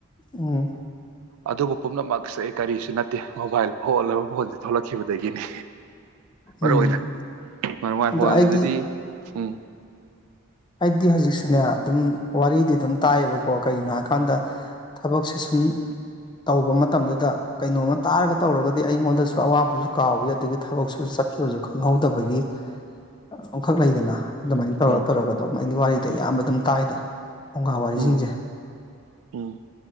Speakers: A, on the left; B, on the right.
A: ꯎꯝ
B: ꯑꯗꯨꯕꯨ ꯄꯨꯝꯅꯃꯛ ꯀꯔꯤꯁꯨ ꯅꯠꯇꯦ ꯃꯣꯕꯥꯏꯜ ꯐꯣꯜꯂꯕ ꯐꯣꯟꯁꯦ ꯊꯣꯛꯂꯛꯈꯤꯕ ꯑꯗꯒꯤꯅꯤ ꯃꯔꯨ
A: ꯎꯝ
B: ꯑꯣꯏꯅ ꯃꯔ ꯃ
A: ꯑꯗꯣ
B: ꯐꯣꯟꯁꯤꯗꯗꯤ
A: ꯑꯩꯗꯤ
B: ꯎꯝ
A: ꯍꯥꯏꯗꯤ ꯍꯧꯖꯤꯛꯁꯨꯅꯦ ꯑꯗꯨꯝ ꯋꯥꯔꯤꯗꯤ ꯑꯗꯨꯝ ꯇꯥꯏꯌꯦꯕꯀꯣ ꯀꯩꯒꯤꯅꯣ ꯍꯥꯏꯀꯥꯟꯗ ꯊꯕꯛꯁꯦ ꯁꯨꯝ ꯇꯧꯕ ꯃꯇꯝꯗꯨꯗ ꯀꯩꯅꯣꯝꯃ ꯇꯥꯔꯒ ꯇꯧꯔꯒꯗꯤ ꯑꯩꯉꯣꯟꯗꯁꯨ ꯑꯋꯥꯕꯁꯨ ꯀꯥꯎꯋ ꯑꯗꯒꯤ ꯊꯕꯛꯁꯨ ꯆꯠꯈꯤꯕꯁꯨ ꯈꯪꯍꯧꯗꯕꯒꯤ ꯑꯃꯈꯛ ꯂꯩꯗꯅ ꯑꯗꯨꯃꯥꯏꯅ ꯇꯔꯣ
B: ꯎꯝ
A: ꯇꯔꯒꯣ ꯃꯥꯏꯒꯤ ꯋꯥꯔꯤꯗꯤ ꯑꯌꯥꯝꯕ ꯑꯗꯨꯝ ꯀꯥꯏꯗꯅ ꯐꯨꯡꯒꯥ ꯋꯥꯔꯤꯁꯤꯡꯁꯦ
B: ꯎꯝ ꯎꯝ